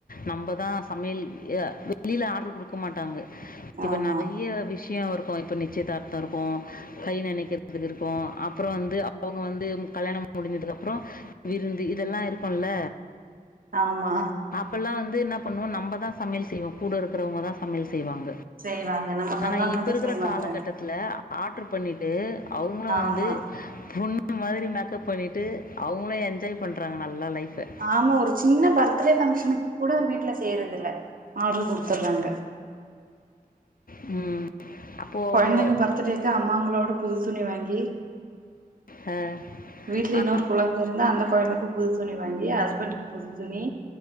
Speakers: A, on the left; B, on the right.
A: நம்மதா சமையல் இ அ வெளில ஆர்ட்ரு குடுக்க மாட்டாங்க இப்ப
B: ஆமா
A: நெறைய விஷ்யோ வரு ப்ப நிச்சயதார்த்த இருக்கு கை நெனைக்கிறதுக்கு இருக்கு அப்பறோ வந்து அவுங்க வந்து கல்யாணம் முடிஞ்சதுக்கு அப்றோ விருந்து இதெல்லா இருக்குல்ல
B: ஆம்மா
A: அப்பல்லா வந்து என்ன பண்ணுவோ நம்ம தா சமையல் செய்வோ கூட இருக்குறவங்க தா சமையல் செய்வாங்க
B: செய்வாங்க நம்ம சொந்தங்கதா
A: ஆனா இப்ப இருக்கற
B: செய்வாங்க
A: காலகட்டத் ல ஆர்ட்ர் பண்ணிட்டு அவுங்களு வந்து
B: ஆமா
A: பொண்ணு மாரி மேக் கப் பண்ணிட்டு அவுங்களு என்ஜாய் பண்றாங்க நல்லா லைஃப்ப
B: ஆமா ஒரு சின்ன பர்த்டே ஃபங்க்ஷனு கூட வீட்ல செய்யறது இல்ல ஆர்ட்ரு குடுத்துர்றாங்க.
A: ம் அவங்க
B: கொழந்தைங்க பர்த்டேக்கு அம்மாங்ளோட புது துணி வாங்கி
A: அ
B: வீட்ல
A: அ
B: இன்னொரு குழந்தை இருந்தா அந்த கொழந்தைக்கு புது துணி வாங்கி ஹஸ்பண்டக்கு புது துணி